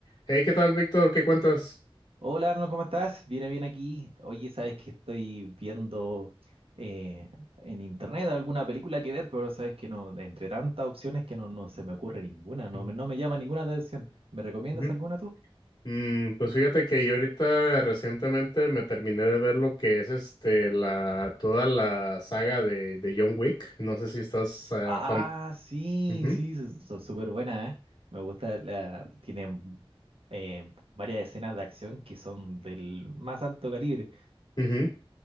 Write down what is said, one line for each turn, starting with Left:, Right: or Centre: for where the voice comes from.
Left: Hey, ¿qué tal, Víctor? ¿Qué cuentas?
Right: Hola Arno, ¿cómo estás? Bien, bien aquí. Oye, sabes que estoy viendo eh, en internet alguna película que ver, pero sabes que no, entre tantas opciones que no, no se me ocurre ninguna, no,
Left: Mm,
Right: me- no me llama ninguna atención. ¿Me recomiendas
Left: ujú.
Right: alguna tú?
Left: Mm, pues fíjate que yo ahorita recientemente me terminé de ver lo que es este la toda la saga de, de John Wick. No sé si estás ah,
Right: Ah,
Left: fam.
Right: sí,
Left: Ujú,
Right: sí, son son súper buenas, ¿eh? Me gusta la, tienen eh, varias escenas de acción que son del más alto calibre.
Left: ujú.